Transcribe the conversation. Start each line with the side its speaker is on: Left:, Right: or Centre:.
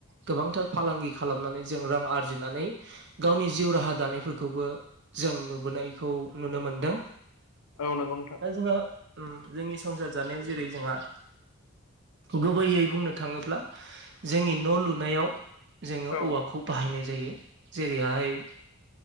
Right: गोबांथार फालांगि खालामनानै जों रां आरजिनानै गावनि जिउ राहा दानायफोरखौबो जों नुबोनायखौ नुनो मो दा
Left: औ नंगौ नोंथां
Right: जोंहा ओ जोंनि संसार जानायाव जेरै जोंहा गुबैयै बुंनो थाङोब्ला जोंनि न' लुनायाव जोङो
Left: औ
Right: औवा -खौ बाहायनाय जायो जेरैहाय